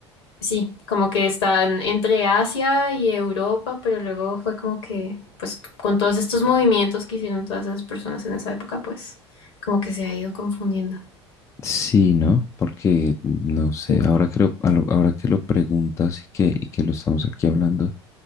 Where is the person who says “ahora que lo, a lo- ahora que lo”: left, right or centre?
Left